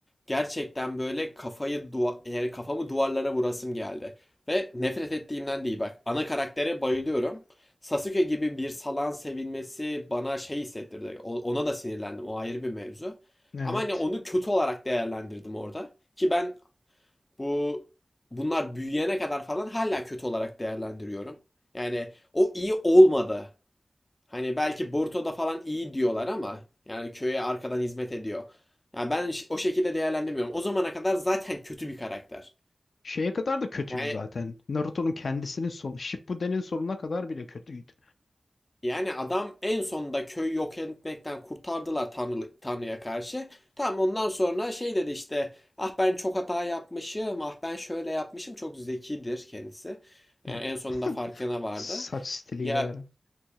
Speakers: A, on the left (about 25°); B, on the left (about 80°).
A: gerçekten böyle kafayı duva yani kafamı duvarlara vurasım geldi. Ve nefret ettiğimden değil bak. Ana karaktere bayılıyorum. Sasuke gibi bir salan sevilmesi bana şey hissettirdi. O- Ona da sinirlendim. O ayrı bir mevzu.
B: Evet.
A: Ama hani onu kötü olarak değerlendirdim orada. Ki ben bu bunlar büyüyene kadar falan hala kötü olarak değerlendiriyorum. Yani o iyi olmadı. Hani belki Boruto'da falan iyi diyorlar ama yani köye arkadan hizmet ediyor. Yani ben ş- o şekilde değerlendirmiyorum. O zamana kadar zaten kötü bir karakter.
B: Şeye kadar da kötüydü
A: Yani
B: zaten. Naruto'nun kendisinin sonu, Shippuden'in sonuna kadar bile kötüydü.
A: yani adam en sonunda köyü yok etmekten kurtardılar Tanrı, Tanrı'ya karşı. Tamam ondan sonra şey dedi işte ah ben çok hata yapmışım ah ben şöyle yapmışım çok zekidir kendisi. Yani
B: Evet.
A: en sonunda farkına vardı.
B: Saç stiliyle
A: Ya
B: veren.